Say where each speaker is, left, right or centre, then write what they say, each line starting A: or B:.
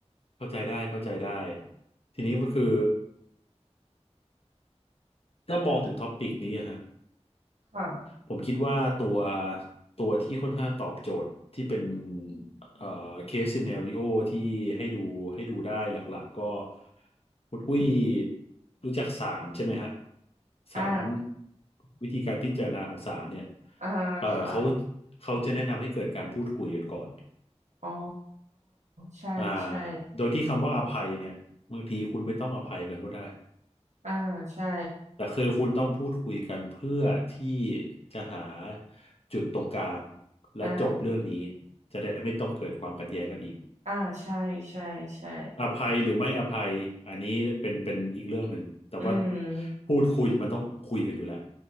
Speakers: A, on the left; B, on the right.
A: เข้าใจได้เข้าใจได้ทีนี้ก็คือถ้ามองถึงท็อปิกนี้อะฮะ
B: ค่ะ
A: ผมคิดว่าตัวตัวที่ค่อนข้างตอบโจทย์ที่เป็นเอ่อเคสซีเนริโอที่ให้ดูให้ดูได้หลักๆก็คุณอุ้ยรู้จักศาลใช่ไหมฮะศาล
B: อ่า
A: วิธีการพิจารณาของศาลเนี่ย
B: อ่าค่ะ
A: เอ่อเขาเขาจะแนะนำให้เกิดการพูดคุยกันก่อน
B: อ๋อใช่ใช่
A: อ่าโดยที่คำว่าอภัยเนี่ยบางทีคุณไม่ต้องอภัยกันก็ได้
B: อ่าใช่
A: แต่คือคุณต้องพูดคุยกันเพื่อที่จะหาจุดตรงกลางและจบเรื่องนี้
B: อ่า
A: จะได้ไม่ต้องเกิดความขัดแย้งกันอีก
B: อ่าใช่ใช่ใช่
A: อภัยหรือไม่อภัยอันนี้เป็นเป็นอีกเรื่องหนึ่งแต่ว่า
B: อืม
A: พูดคุยมันต้องคุยกันอยู่แล้ว